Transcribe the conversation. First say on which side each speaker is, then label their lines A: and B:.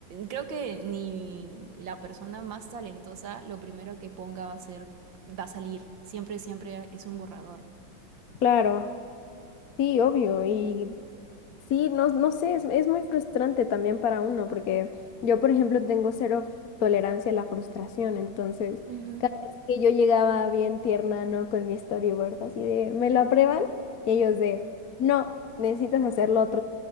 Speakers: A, on the right; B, on the left.
A: creo que ni la persona más talentosa, lo primero que ponga va a ser, va a salir, siempre, siempre es un borrador.
B: Claro, sí, obvio. Y Sí, no, no sé, es, es muy frustrante también para uno, porque yo, por ejemplo, tengo cero tolerancia a la frustración, entonces
A: Ujú.
B: cada vez que yo llegaba bien tierna, ¿no? Con mi storyboard, así de, ¿me lo aprueban? Y ellos de, no, necesitas hacerlo otro